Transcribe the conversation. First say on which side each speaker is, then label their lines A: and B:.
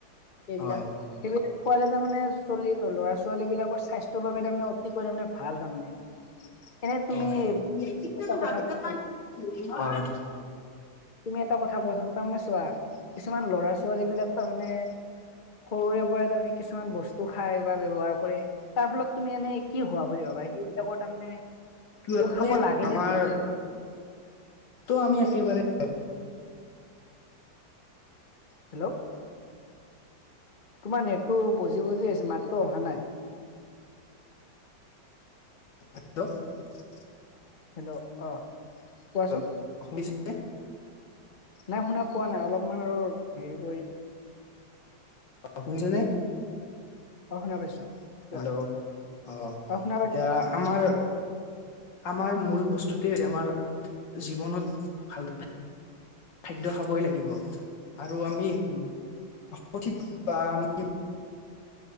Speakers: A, on the left; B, on the left.
A: সেইবিলাক
B: হয়
A: সেইবিলাক <unintelligible> কোৱালে তাৰ মানে চোলি ল'ৰা ছোৱালী বিলাকৰ স্বাস্থৰ বাবে তাৰমানে অতিকৈ তাৰমানে ভাল তাৰমানে এনে তুমি
B: হয়। <unintelligible>
A: এটা কথা কোৱাচোন
B: হয়
A: তুমি এটা কথা কোৱাচোন তাৰমানে চোৱা কিছুমান ল'ৰা ছোৱালী বিলাক তাৰমানে সৰুৰে পৰাই তাৰমানে কিছুমান বস্তু খাই বা ব্যৱহাৰ কৰে তাৰ ফলত তুমি এনে কি হোৱা বুলি ভাবা এইবিলাকৰ তাৰমানে
B: কিয় মানে
A: খাব লাগে
B: আমাৰ
A: নে
B: তো আমি একেবাৰে
A: হেল্ল' তোমাৰ নেটটো বজি বজি আছে মাতটো অহা নাই
B: <unintelligible>
A: হেল্ল' অ কোৱাচোন
B: অ শুনিছে নে
A: নাই শুনা পোৱা নাই অলপ তোমাৰ হেৰি কৰি।
B: অ শুনিছনে?
A: অ শুনা পাইছো কোৱা
B: হেল্ল' অ
A: শুনা পাইছো
B: এতিয়া আমাৰ আমাৰ মূল বস্তুতে আমাৰ জীৱনত ভাল খাদ্য খাবই লাগিব <inaudible> আৰু আমি
A: উম
B: সঠিক বা আমি